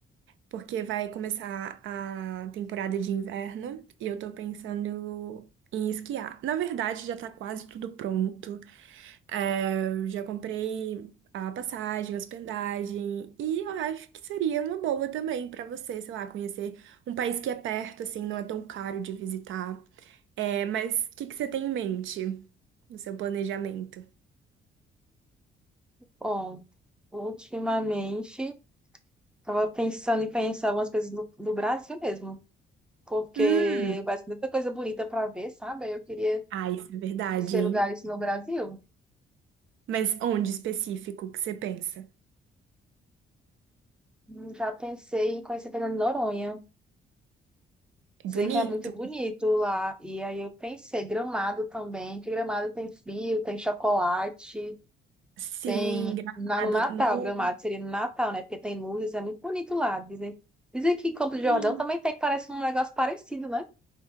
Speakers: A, on the right; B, in the centre.
A: porque vai começar a temporada de inverno e eu tô pensando em esquiar. Na verdade, já tá quase tudo pronto. É, eu já comprei a passagem, a hospedagem e eu acho que seria uma boa também pra você, sei lá, conhecer um país que é perto, assim, não é tão caro de visitar. É, mas o que que você tem em mente no seu planejamento?
B: Bom, ultimamente, tava pensando em conhecer algumas coisas do, do Brasil mesmo. Porque
A: Hum,
B: vai ser muita coisa bonita para ver, sabe? Eu queria
A: ah, isso é verdade,
B: conhecer
A: hein?
B: lugares no Brasil.
A: Mas onde específico que você pensa?
B: Hum, Já pensei em conhecer Fernando de Noronha.
A: É
B: Dizem
A: Bonito?
B: que é muito bonito lá. E aí eu pensei, Gramado também, que Gramado tem frio, tem chocolate,
A: Sim,
B: tem
A: Gramado.
B: na, no Natal,
A: no-
B: Gramado seria no Natal, né? Porque tem luzes, é muito bonito lá. Dizem, dizem que Campo de
A: Sim.
B: Jordão também tem, parece um negócio parecido, né?